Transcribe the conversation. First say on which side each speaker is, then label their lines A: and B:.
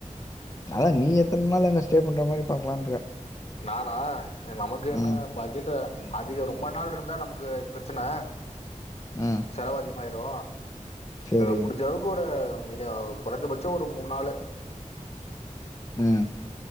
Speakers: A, on the left; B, on the left.
A: அதா நீ எத்தன் நாள் எங்க ஸ்டே பண்ற மாரி பாக்கலான்டுருக்க
B: நானா நமக்கு என்ன
A: ம்
B: பட்ஜெட்ட அதிகோ ரொம்ப நாள் இருந்தா நமக்கு பிரச்சன
A: ம்
B: செலவு அதிகமாய் ரு
A: சரி
B: முடிஞ்ச அளவுக்கு ஒரு மீனு கொறஞ்சபட்சோ ஒரு மூணாளு
A: ம்